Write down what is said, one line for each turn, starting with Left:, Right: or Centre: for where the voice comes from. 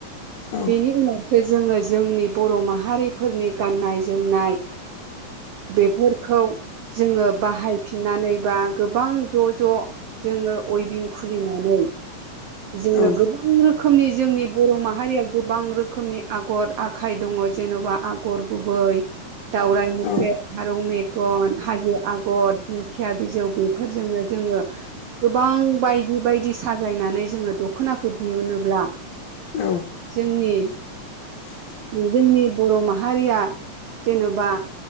Left: औ
Right: बेनि उनाव जोङो जोंनि बर' माहारिफोरनि गाननाय जोमनाय बेफोरखौ जोङो बाहायफिननानै बा गोबां ज' ज' जोङो अयबिं खुलिनानै जोङो
Left: औ
Right: गोबां रोखोमनि जोंनि बर' माहारियाव गोबां रोखोम रोखोमनि आगर आखाइ दङ जेन'बा आगर गुबै दावराइ मोख्रेब
Left: औ
Right: फारौ मेगन हाजो आगर दिंखिया बिजौ बेफोरजोंनो जोङो गोबां बायदि बायदि साजायनानै जोङो दख'नाखौ दिहुनोब्ला
Left: औ
Right: जोंनि
Left: <inaudible>
Right: जोंनि बर' माहारिया जेन'बा